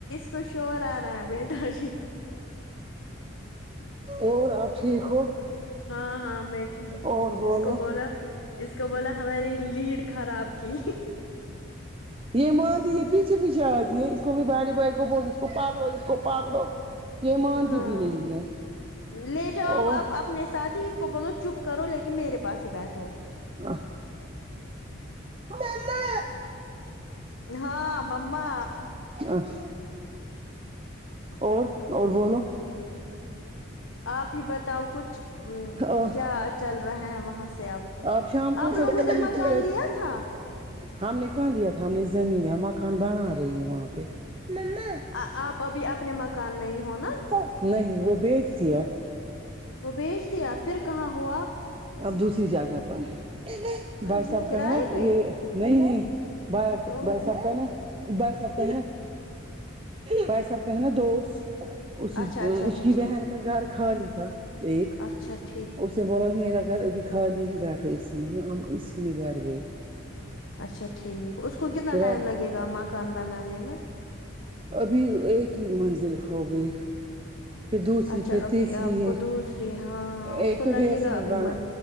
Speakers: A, on the left; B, on the right.
A: کچھ شور آ رہا ہے بیٹا جی
B: اور آپ ٹھیک ہو
A: ہاں ہاں میں ٹھیک
B: اور
A: ہوں
B: بولو
A: اس کو بولا اس کو بولا ہماری لیڈ خراب کی
B: یہ مانتی پیچھے پیچھے آرہی یہ اسکو بھی بڑے بھائی بول اس کو پکڑو اسکو پکڑو یہ مانتی
A: ہاں
B: بھی نہیں ہے
A: لے جاؤ
B: اور
A: اب آپ اپنے ساتھ ہی اس کو بولو چپ کرو لیکن میرے پاس ہی بیٹھو
B: آ مما
A: ہاں مما
B: اچ اور اور بولو
A: آپ ہی بتاؤ کچھ ام
B: اور
A: کیا چل رہا ہے وہاں سے اب
B: آپ شام کو
A: آپ
B: اتر
A: لوگوں
B: کے
A: نے
B: نیچے
A: مکان لیا تھا
B: ہم نے کہاں لیا تھا ہم نے زمین ہے مکان بنا رہی ہے وہاں پہ مما
A: آ آپ ابھی اپنے مکان میں ہی ہو نا
B: نہیں وہ بیچ دیا
A: او بیچ دیا پھر کہاں ہو آپ
B: اب دوسری جگہ پر ہے بھائی
A: اچھا
B: صاحب
A: کرائے
B: کا ہے نا
A: پہ
B: یہ نہیں نہیں بھائی
A: تو
B: بھیا سب کہنا بھائی صاحب کہنا بھائی صاحب کہنا دوست اسی
A: اچھا اچھا
B: اس
A: اچھا
B: کی
A: اچھا
B: بہن کا گھر خالی تھا ایک
A: چھٹھ
B: اس نے بولا میرا گھر ابھی خالی ہے بیٹھو اسی میں ہم اسی میں بیٹھ گئے
A: اچھا ٹھیک اس کو کتنا
B: کرا
A: ٹائم لگے گا مکان بنانے میں
B: ابھی ایک ہی منزل ہو گئی پھر دوسری
A: اچھا
B: پھر
A: ابھی
B: تیسری
A: آپ کو
B: ہے
A: دوسری ہاں اس
B: ایک
A: کو لگے
B: تو بیسمٹ
A: گا ابھی
B: بنا
A: مہ